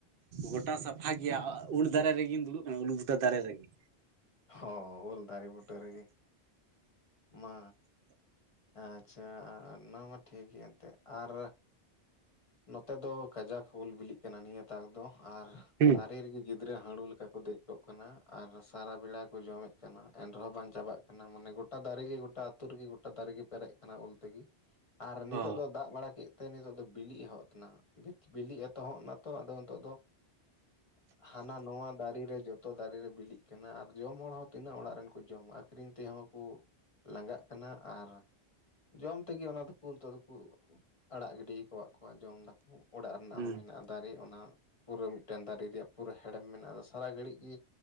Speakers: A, on the right (about 65°); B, on the left (about 35°).
A: ᱜᱚᱴᱟ ᱥᱟᱯᱷᱟ ᱜᱮᱭᱟ ᱩᱞ ᱫᱟᱨᱮ ᱨᱮᱜᱮᱧ ᱫᱩᱲᱩᱵ ᱠᱟᱱᱟ ᱩᱞ ᱵᱩᱴᱟ ᱫᱟᱨᱮ ᱨᱮᱜᱮ
B: ᱦᱚ ᱩᱞᱫᱟᱨᱤ ᱵᱩᱴ ᱨᱮ ᱜᱮ ᱢᱟ ᱟᱪᱷᱟ ᱚᱱᱟ ᱢᱟ ᱴᱷᱤᱠ ᱜᱮᱭᱟ ᱮᱱᱛᱮᱫ ᱟᱨ ᱱᱚᱛᱮ ᱫᱚ ᱠᱟᱡᱟᱠ ᱩᱞ ᱵᱤᱞᱤᱜ ᱠᱟᱱᱟ ᱱᱤᱭᱟᱹ ᱛᱟᱠ ᱫᱚ ᱟᱨ
A: ᱦᱩᱸ
B: ᱫᱟᱨᱮ ᱨᱮᱜᱮ ᱜᱤᱫᱽᱨᱟᱹ ᱦᱟᱹᱲᱩ ᱞᱮᱠᱟ ᱠᱚ ᱫᱮᱡ ᱠᱚᱜ ᱠᱟᱱᱟ ᱟᱨ ᱥᱟᱨᱟ ᱵᱮᱲᱟ ᱠᱚ ᱡᱚᱢᱮᱫ ᱠᱟᱱᱟ ᱮᱱ ᱨᱮᱦᱚᱸ ᱵᱟᱝ ᱪᱟᱵᱟᱜ ᱢᱟᱱᱮ ᱜᱚᱴᱟ ᱫᱟᱨᱮ ᱜᱚᱴᱟ ᱟᱹᱛᱩ ᱨᱮᱜᱮ ᱜᱚᱴᱟ ᱫᱟᱨᱮᱜ ᱜᱮ ᱯᱮᱨᱮᱡ ᱠᱟᱱᱟ ᱩᱞ ᱛᱮᱜᱮ ᱟᱨ ᱱᱤᱛᱚᱜ
A: ᱚ
B: ᱫᱚ ᱫᱟᱜ ᱵᱟᱲᱟ ᱠᱮᱫ ᱛᱮ ᱱᱤᱛᱚᱜ ᱫᱚ ᱵᱤᱞᱤ ᱮᱦᱚᱵ ᱮᱱᱟ ᱵᱤᱞᱤᱜ ᱮᱛᱚᱦᱚᱵ ᱮᱱᱟᱛᱚ ᱟᱫᱚ ᱱᱤᱛᱚᱜ ᱫᱚ <inaudible> ᱦᱟᱱᱟ ᱱᱚᱣᱟ ᱫᱟᱨᱮ ᱨᱮ ᱡᱚᱛᱚ ᱫᱟᱨᱮ ᱨᱮ ᱵᱤᱞᱤᱜ ᱠᱟᱱᱟ ᱟᱨ ᱡᱚᱢ ᱦᱚᱲ ᱦᱚᱸ ᱛᱤᱱᱟᱹᱜ ᱚᱲᱟᱜ ᱨᱮᱱ ᱠᱚ ᱡᱚᱢᱟ ᱟᱠᱷᱨᱤᱧ ᱛᱮᱦᱚᱸ ᱠᱚ ᱞᱟᱸᱜᱟᱜ ᱠᱟᱱᱟ ᱟᱨ ᱡᱚᱢ ᱛᱮᱜᱮ ᱚᱱᱟ ᱫᱚᱠᱚ ᱱᱤᱛᱚᱜ ᱫᱚᱠᱚ ᱟᱲᱟᱜ ᱜᱤᱰᱤ ᱟᱠᱟᱫ ᱠᱚᱣᱟ ᱡᱚᱢ ᱫᱟᱠᱚ ᱚᱲᱟᱜ ᱨᱮᱱᱟᱜ
A: ᱦᱩᱸ
B: ᱦᱚᱸ ᱢᱮᱱᱟᱜᱼᱟ ᱫᱟᱨᱮ ᱚᱱᱟ ᱯᱩᱨᱟᱹ ᱢᱤᱫᱴᱟᱝ ᱫᱟᱨᱮ ᱨᱮᱭᱟᱜ ᱯᱩᱨᱟᱹ ᱦᱮᱲᱮᱢ ᱢᱮᱱᱟᱜᱼᱟ ᱟ ᱥᱟᱨᱟ ᱜᱷᱟᱹᱲᱤᱡ ᱜᱮ